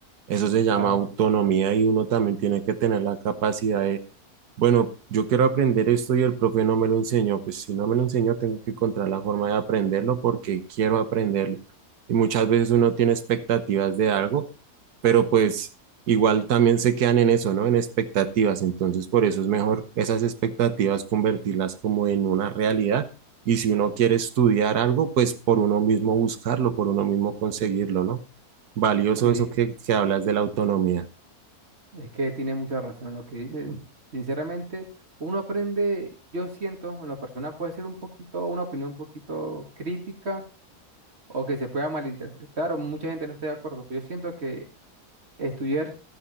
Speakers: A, on the right (about 80°); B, on the right (about 40°).
A: Eso se llama
B: Claro,
A: autonomía y uno también tiene que tener la capacidad de bueno, yo quiero aprender esto y el profe no me lo enseñó. Pues si no me lo enseñó, tengo que encontrar la forma de aprenderlo porque quiero aprenderlo. Y muchas veces uno tiene expectativas de algo, pero pues igual también se quedan en eso, ¿no? En expectativas. Entonces, por eso es mejor esas expectativas convertirlas como en una realidad. Y si uno quiere estudiar algo, pues por uno mismo buscarlo, por uno mismo conseguirlo, ¿no? Valioso
B: sí,
A: eso que, que hablas de la autonomía.
B: es que tiene mucha razón en lo que dices. Sinceramente, uno aprende, yo siento, en lo personal puede ser un poquito, una opinión un poquito crítica o que se pueda malinterpretar o mucha gente no esté de acuerdo, pero yo siento que estudiar